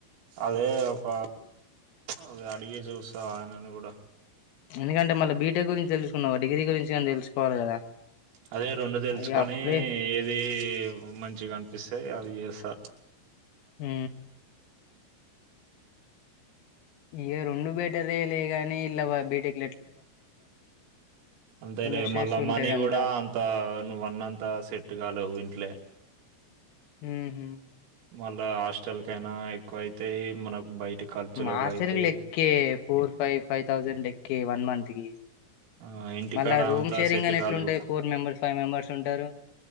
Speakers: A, on the right; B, on the left.
A: అదే ఒక అది అడిగి చూస్తూ ఆయననుగూడ
B: ఎందుకంటే మళ్ళ బీటెక్ గురించి తెలుసుకున్నావు డిగ్రీ గురించి కానీ తెలుసుకోవాలి కదా.
A: అదే రొండుతెలుకొని
B: అయ్య అప్పుడే
A: ఏది ఏవో మంచిగాం ఇసే ఇగ అవి చేస్తా
B: ఉ ఇగ రెండు బేటరేలె గానీ ఇలా బిటెక్
A: అంతే
B: కొంచెం
A: లే
B: స్ట్రెస్
A: మళ్ళా
B: ఉంటది
A: మనీ
B: అంతా
A: కూడా అంత నువ్ అన్నంత సెట్ కాలేవు ఇంట్లే
B: ఉహ
A: మళ్ళా హాస్టల్కైన ఎక్కువైతయి మనకు బయటి ఖర్చులు
B: హాస్టల్కిలెక్క
A: అయితాయి
B: ఫోర్ ఫైవ్ థౌసండ్ లెక్క వన్ మంత్ తిగి
A: ఆ ఇంటికాడ
B: మళ్ళా రూమ్
A: అంతా
B: షేరింగని
A: సెట్ కాలేదు
B: ఎట్లుంటాయి ఫోర్ మెంబర్స్ ఫైవ్ మెంబర్స్ ఉంటారు